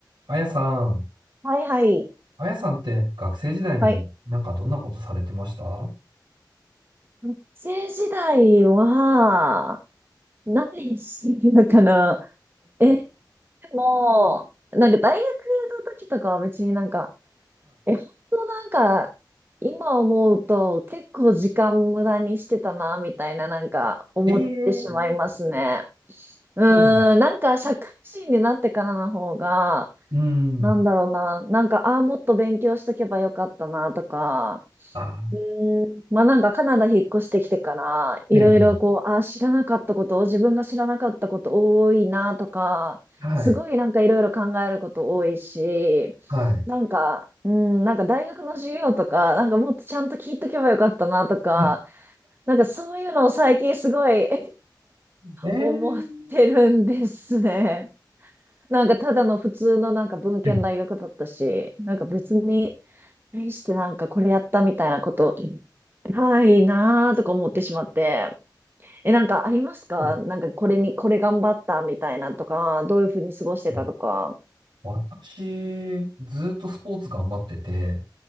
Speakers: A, on the right; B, on the right.
A: あやさん、
B: はいはい。
A: あやさんって学生時代になんかどんなことされてました
B: はい。
A: <laughs> は
B: 学生時代は、何してるのかなえ、でも、なんか大学の時とかは別になんか、え、本当なんか、今思うと結構時間無駄にしてたな、みたいななんか思ってしまいますね。
A: い。ええー
B: うーん、
A: そう。
B: なんか社会人になってからの方が、
A: うん。
B: なんだろうな。なんか、ああ、もっと勉強しとけばよかったな、とか。
A: あ、
B: うーん。まあなんか、カナダ引っ越してきてから、いろいろこう、
A: ええ、
B: ああ、知らなかったことを、自分が知らなかったこと多いな、とか、
A: はい、
B: すごいなんかいろいろ考えること多いし、
A: はい。
B: なんか、うん、なんか大学の授業とか、なんかもっとちゃんと聞いとけばよかったな、とか、
A: ね
B: なんかそういうのを最近すごい <laughs>
A: えー
B: 思ってるんですね。なんかただの普通のなんか文献大学だったし、
A: え
B: なんか別に、対してなんかこれやったみたいなこと、ないなーとか思ってしまって。え、なんかありますかなんかこれに、
A: ええ
B: これ頑張ったみたいなとか、どういうふうに過ごしてたとか。
A: はい私、ずーっとスポーツ頑張ってて、